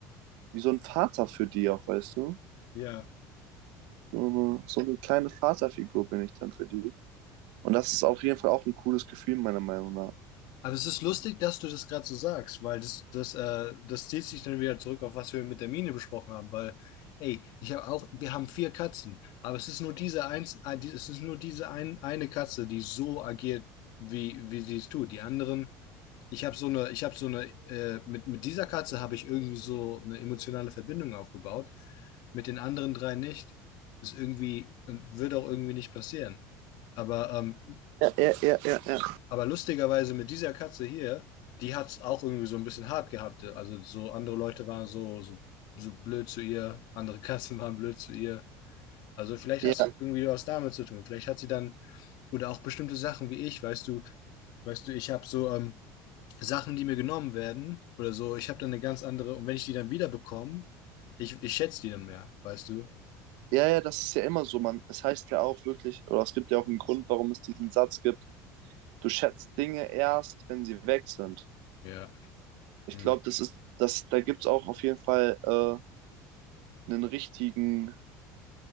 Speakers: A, on the right; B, on the left.
A: wie so ein Vater für die auch, weißt du?
B: ja.
A: So eine, so eine kleine Vaterfigur bin ich dann für die. Und das ist auf jeden Fall auch ein cooles Gefühl, meiner Meinung nach.
B: Aber es ist lustig, dass du das gerade so sagst, weil das, das, äh, das zieht sich dann wieder zurück auf was wir mit der Mine besprochen haben, weil, ey, ich habe auch, wir haben vier Katzen, aber es ist nur diese eins, äh, die- es ist nur diese ein, eine Katze, die so agiert, wie, wie sie es tut. Die anderen, ich habe so eine, ich habe so eine, äh, mit, mit dieser Katze habe ich irgendwie so eine emotionale Verbindung aufgebaut, mit den anderen drei nicht. Ist irgendwie und wird auch irgendwie nicht passieren. Aber ähm,
A: Ja, ja, ja, ja, ja.
B: aber lustigerweise mit dieser Katze hier, die hat es auch irgendwie so ein bisschen hart gehabt. Also so andere Leute waren so, so, so blöd zu ihr, andere Katzen waren blöd zu ihr. Also vielleicht
A: Ja,
B: hast du irgendwie was damit zu tun. Vielleicht hat sie dann, oder auch bestimmte Sachen wie ich, weißt du, weißt du, ich habe so ähm, Sachen, die mir genommen werden oder so, ich habe dann eine ganz andere, und wenn ich die dann wieder bekomme, ich, ich schätze die dann mehr, weißt du?
A: Ja, ja, das ist ja immer so, man. Es heißt ja auch wirklich, oder es gibt ja auch einen Grund, warum es diesen Satz gibt, du schätzt Dinge erst, wenn sie weg sind.
B: Ja.
A: Ich
B: Hm.
A: glaube, das ist, das, da gibt es auch auf jeden Fall äh, einen richtigen,